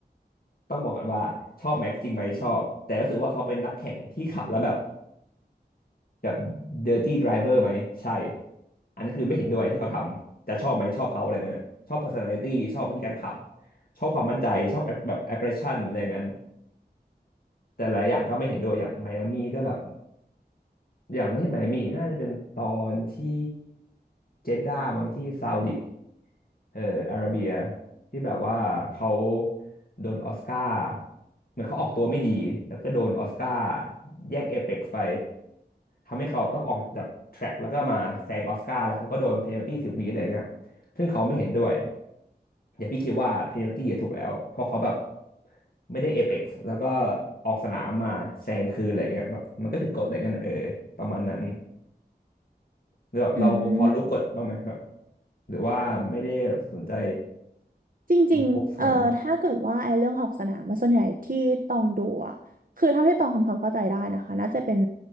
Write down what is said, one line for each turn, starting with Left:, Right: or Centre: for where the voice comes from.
Left: ต้องบอกกันว่าชอบแม็กซ์จริงไหมชอบแต่รู้สึกว่าเขาเป็นนักแข่งที่ขับแล้วแบบแบบเดอร์ตี้ไดรเวอร์ไหมใช่อันนั้นคือไม่เห็นด้วยที่เขาทำจะชอบไหมชอบเขาอะไรเงี้ยน่ะชอบ personality ชอบวิธีการขับชอบความมั่นใจชอบแบบ aggression อะไรเงี้ยแต่หลายอย่างก็ไม่เห็นด้วยอย่างไมอามี่ก็แบบ อย่างไม่ใช่ไหมายหมี่น่าจะเป็นตอนที่เจด้ามั้งที่ซาอุดิเอออาระเบียที่แบบว่าเขาโดนออสการ์เหมือนเขาออกตัวไม่ดีแล้วก็โดนออสการ์แย่งเอเพ็กซ์ไปทำให้เขาต้องออกจากแทร็กแล้วก็มาแซงออสการ์แล้วเขาก็โดนเพนัลตี้สิบวิอะไรเงี้ยซึ่งเขาไม่เห็นด้วยอย่าพี่คิดว่าเพนัลตี้ถูกแล้วเพราะเขาแบบไม่ได้เอเพ็กซ์แล้วก็ออกสนามมาแซงคืนอะไรเงี้ยแบบมันก็ผิดกฎอะไรเงี้ยเออประมาณนั้น หรือแบบเราพอรู้กฎบ้างไหมแบบ
Right: อืม
Left: หรือว่าไม่ได้สนใจ
Right: จริงๆเอ่อถ้าเกิดว่าไอ้เรื่องออกสนามมาส่วนใหญ่ที่ตองดูอะคือเท่าที่ตองทำความเข้าใจได้นะคะน่าจะเป็น
Left: บุ๊กขนาดนั้น